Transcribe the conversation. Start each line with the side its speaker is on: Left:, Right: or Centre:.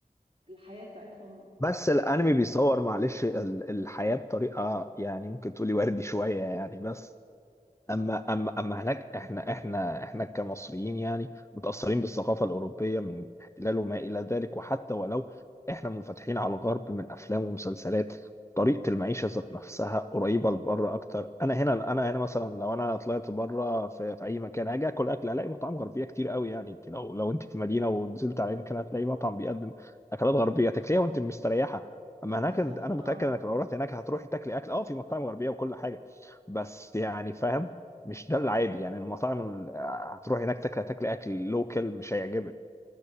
Right: الحياة بتاعتهم
Left: بس
Right: شوية
Left: الانمي بيصور معلش ال- الحياة بطريقة يعني ممكن تقولي وردي شوية يعني بس اما
Right: حصل
Left: اما اما هناك احنا احنا احنا كمصريين يعني متاثرين بالثقافه الاوروبيه من احتلال وما الى ذلك وحتى ولو احنا منفتحين على الغرب من افلام ومسلسلات طريقه المعيشه ذات نفسها قريبه لبره اكتر انا هنا انا هنا مثلا لو انا طلعت بره في, في اي مكان هاجي اكل اكل هلاقي مطاعم غربيه كتير قوي يعني انت لو لو انت في مدينه ونزلت على اي مكان هتلاقي مطعم بيقدم اكلات غربيه تاكليها وانت مستريحه اما هناك
Right: حصلوا
Left: انت- انا متاكد
Right: اه
Left: انك لو رحت هناك هتروحي تاكلي اكل اه في مطاعم غربيه وكل حاجه بس يعني فاهم مش ده العادي يعني المطاعم ال- هتروح هناك تاكل هتاكل اكل لوكال مش هيعجبك